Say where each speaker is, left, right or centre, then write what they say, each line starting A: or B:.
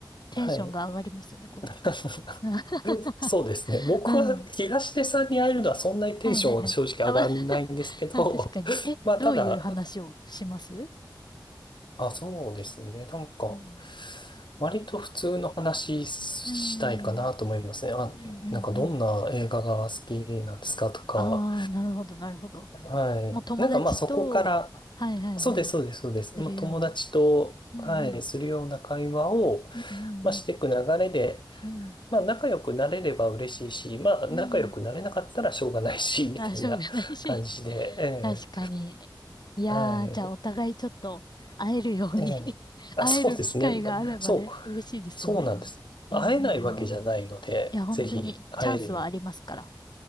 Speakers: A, on the left; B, on the left.
A: テンションが上がりますね、
B: はい。
A: これ。
B: <laughs>
A: <laughs>
B: そうですね。僕は東出さんに会えるのはそんなにテンション正直上がらないんですけど、
A: うん。はいはいはい。あ、ま <laughs> あ、確かに。え、
B: <laughs> まあただ、
A: どういう話をします
B: あ、そうですね。なんか、
A: うん。
B: 割と普通の話したいかなと思いますね。
A: うん。
B: あ、
A: うんうんうん。
B: なんかどんな映画が好きなんですかとか、
A: ああ、なるほど、なるほど。
B: はい。
A: もう友達と、
B: なんかまあそこから、
A: はいはいはい、
B: そうです、そうです、そうです。
A: するような。
B: もう友達と、
A: うんうん。
B: はい、するような会話を、
A: うんうん
B: まあ、していく流れで、
A: うん。
B: まあ仲良くなれれば嬉しいし、まあ仲良くなれなかったらしょうがないし、
A: うん。うん。
B: <laughs> みたいな感じで、
A: あ、しょうがないし。<laughs>
B: え
A: 確かに。いやー、
B: えはい。
A: じゃあお互いちょっと会えるように
B: ええあ、
A: <laughs> 会える機会があればね、
B: そうですね。そう、
A: 嬉しいですよね。
B: そうなんです。会えないわけじゃないので、
A: うんうんうん。いや、本当にチャンスはありますから、
B: ぜひ会えるように、